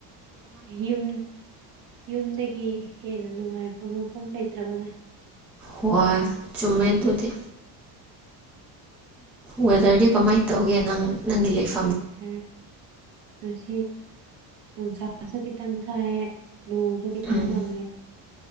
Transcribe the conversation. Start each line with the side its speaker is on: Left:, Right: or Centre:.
Right: ꯌꯨꯝ ꯌꯨꯝꯗꯒꯤ ꯍꯦꯟꯅ ꯅꯨꯡꯉꯥꯏꯕ ꯃꯐꯝ ꯂꯩꯇ꯭ꯔꯕꯅꯦ꯫
Centre: ꯍꯣꯏ ꯆꯨꯝꯃꯦ ꯑꯗꯨꯗꯤ ꯋꯦꯗꯔꯗꯤ ꯀꯃꯥꯏꯅ ꯇꯧꯒꯦ ꯅꯪ ꯅꯪꯒꯤ ꯂꯩꯐꯝ
Right: ꯋꯦꯗꯔ ꯉꯁꯤ ꯅꯨꯡꯁꯥꯁꯨ ꯈꯤꯇꯪ ꯁꯥꯏꯌꯦ ꯅꯣꯡꯁꯨ ꯈꯤꯇꯪ
Centre: ꯎꯝ
Right: ꯃꯪꯉꯦ